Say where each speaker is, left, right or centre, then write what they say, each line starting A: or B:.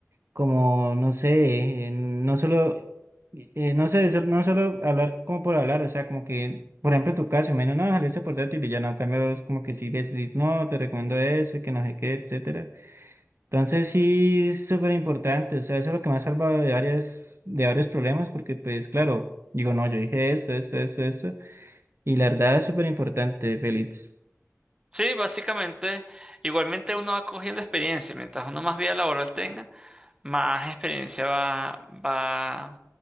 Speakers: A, on the right; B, on the right.
A: como, no sé, eh, no solo, eh, no sé, so- no solo hablar como por hablar, o sea, como que... Por ejemplo, en tu caso, menos no, ojalá ese portátil y ya no, en cambio, vos como que si le decís, no, te recomiendo ese, que no sé qué, etcétera. Entonces sí es súper importante, o sea, eso es lo que me ha salvado de varias, de varios problemas, porque pues claro, digo, no, yo dije esto, esto, esto, esto, y la verdad es súper importante, Félix.
B: Sí, básicamente, igualmente uno va cogiendo experiencia. Mientras uno más vida laboral tenga, más experiencia va, va